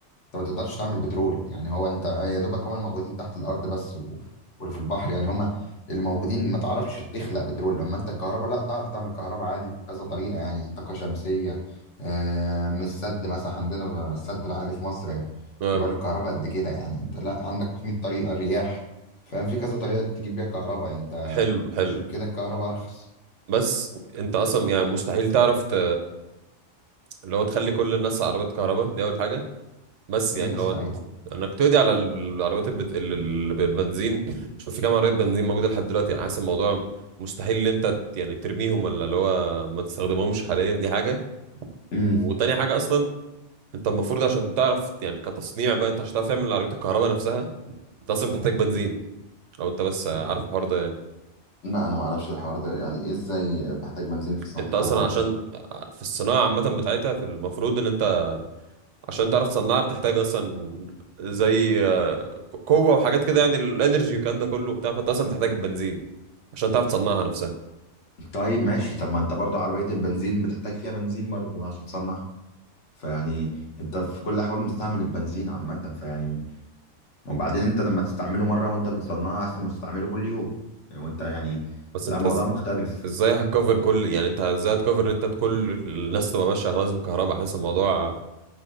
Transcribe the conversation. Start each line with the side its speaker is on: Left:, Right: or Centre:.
Left: انت ما تقدرش تعمل بترول يعني هو انت يا دوبك هم الموجودين تحت الارض بس و... واللي في البحر يعني هم اللي موجودين ما تعرفش تخلق بترول لما انت الكهرباء لا تعرف تعمل كهرباء عادي بكذا طريقه يعني طاقه شمسيه آه، من السد مثلا عندنا السد العالي في مصر
Right: اه
Left: بيولد الكهرباء قد كده يعني انت لا عندك 100 طريقه الرياح فاهم في كذا طريقه تجيب بيها كهرباء يعني انت
Right: حلو حلو
Left: عشان كده الكهرباء ارخص
Right: بس انت اصلا يعني مستحيل تعرف ت... اللي هو تخلي كل الناس عربيات كهرباء دي اول حاجه بس
Left: ليه
Right: يعني
Left: مستحيل
Right: لو ت- انك تقضي على العربيات البت... ال- ال- بالبنزين شوف في كام عربيه بنزين موجوده لحد دلوقتي يعني حاسس الموضوع مستحيل ان انت ت- يعني ترميهم ولا اللي هو ما تستخدمهمش حاليا دي حاجه
Left: امم
Right: وتاني حاجه اصلا انت المفروض عشان تعرف يعني كتصنيع بقى انت عشان تعرف تعمل عربية الكهرباء نفسها انت اصلا بتحتاج بنزين لو انت بس عارف الحوار ده يعني
Left: لا انا ما اعرفش الحوار ده يعني ايه ازاي بحتاج بنزين في صناعه
Right: انت
Left: الكهرباء
Right: اصلا عشان
Left: مش
Right: في الصناعة عامة بتاعتها في المفروض ان انت عشان تعرف تصنعها بتحتاج اصلا زي قوة وحاجات كده يعني الانرجي والكلام ده كله وبتاع فانت اصلا بتحتاج البنزين عشان تعرف تصنعها نفسها
Left: طيب ماشي طب ما انت برضو عربية البنزين بتحتاج فيها بنزين برضو عشان تصنعها فيعني انت في كل الاحوال مستعمل البنزين عامة فيعني وبعدين انت لما تستعمله مرة وانت بتصنعها احسن ما تستعمله كل يوم وانت يعني
Right: بس
Left: لا
Right: انت
Left: موضوع
Right: از-
Left: مختلف
Right: ازاي هتكفر كل يعني انت ازاي هتكفر ان انت كل الناس تبقى ماشية خلاص بالكهرباء حاسس الموضوع